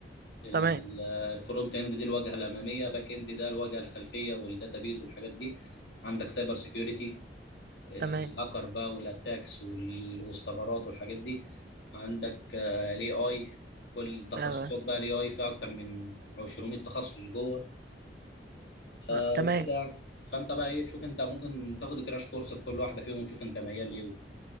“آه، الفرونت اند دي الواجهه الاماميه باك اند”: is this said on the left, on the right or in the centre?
Left